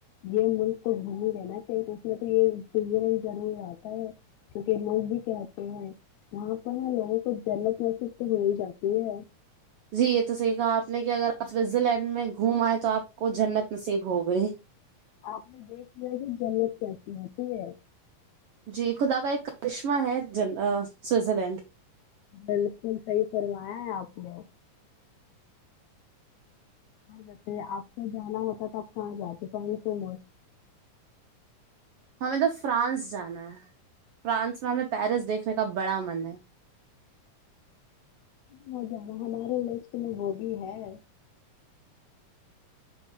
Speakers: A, on the left; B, on the right.
A: یہ ملک کو گھوم لینا چاہیے تو اس میں تو یہ سزنے <unintelligible> ضوریات کیونکہ لوگ بھی کہتے ہیں وہاں پر لوگوں کو جنت محصب تو ہو ہی جاتی ہے
B: جی یہ تو صحیح کہا آپ نے کہ اگر آپ سوٹزر لینڈ میں گھوم آئے تو آپ کو جنت نصیب ہو گئی
A: آپ نے دیکھ لیا کہ جنت کیاسی ہے ٹھیک ہے
B: جی خدا کا ایک کرشمہ ہے جن سوئٹزرلینڈ
A: بالکل صحیح فرمایا ہے اپ نے اور بتائی آپ کو جانا ہوتا تھا ہاں جاتات پ سے
B: ہمیں تو فرانس جانا ہے فرانس میں ہمیں پیرس دیکھنے کا بڑا من ہے
A: ہو جانا ہمارے لت میں ہوگ بھی ہے